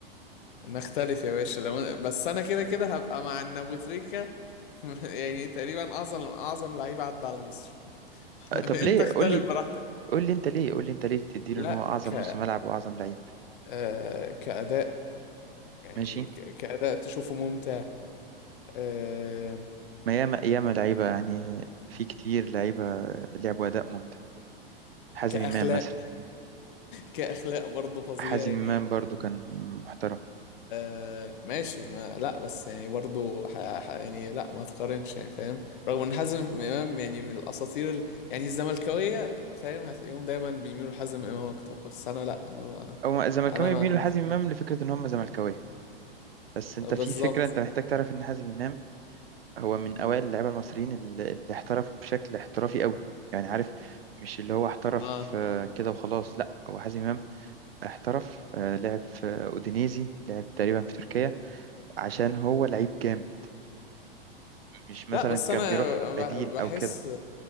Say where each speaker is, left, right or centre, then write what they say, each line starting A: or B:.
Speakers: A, on the left; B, on the right.
A: نختلف يا باشا لو بس انا كده كده هبقى مع ان بوتريكا <laughs> يعني تقريبا اعظم اعظم لعيب عدى على مصر <laughs>
B: أه، طب ليه
A: انت اختلف
B: قول لي
A: براحتك
B: قول لي انت ليه قول لي انت ليه تديله
A: لا
B: ان هو اعظم
A: ك
B: نص ملعب واعظم لعيب
A: آه كأداء يعني
B: ماشي
A: ك... كأداء تشوفه ممتع آه
B: ما ياما ياما لعيبه يعني في كتير لعيبه لعبوا اداء ممتع حازم
A: كأخلاق
B: امام مثلا
A: كأخلاق برضه فظيع
B: حازم
A: يعني
B: امام برضو كان محترم
A: آه ماشي ما لا بس يعني برضه ح... ح... يعني لا ما تقارنش يعني فاهم رغم ان حازم امام يعني من الاساطير ال... يعني الزملكاويه فاهم هتلاقيهم دايما بيميلوا لحازم امام اكتر بس انا لا انا ما...
B: او الزملكاويه
A: انا ما
B: بيميلوا لحازم امام لفكره ان هم زملكاويه بس انت
A: بالظبط
B: في فكره انت محتاج تعرف ان حازم امام هو من أوائل اللعيبة المصريين اللي اللي احترفوا بشكل احترافي قوي يعني عارف مش اللي هو احترف
A: اه
B: آه، كده وخلاص لا هو حازم إمام احترف آه، لعب في أودينيزي لعب تقريبا في تركيا عشان هو لعيب جامد مش مثلا
A: لا بس
B: كان
A: انا
B: بيروح
A: ب-
B: بديل
A: بحس
B: أو كده